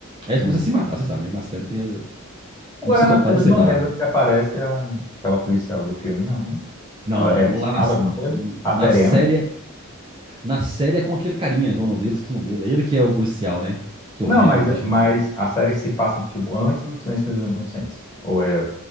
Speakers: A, on the right (about 20°); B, on the left (about 15°).
A: Aí eles
B: É.
A: começam a se matar, você sabe, né? Na série tem essa-
B: Agora
A: um psicopata,
B: na série
A: sei
B: eu não
A: lá.
B: lembro se aparece a- aquela policial do filme, não, né?
A: Não,
B: Ela
A: não.
B: é mencionada
A: Lá na,
B: alguma coisa? A
A: na
B: série
A: série.
B: é antes?
A: é, Na série é com aquele carinha, qual é o nome dele, esqueci o nome dele. É ele que é o policial, né? Que o
B: Não,
A: Hannibal
B: mas,
A: deixa
B: mas
A: ele louco.
B: a série se passa, tipo, antes do Silêncio dos Inocentes. Ou é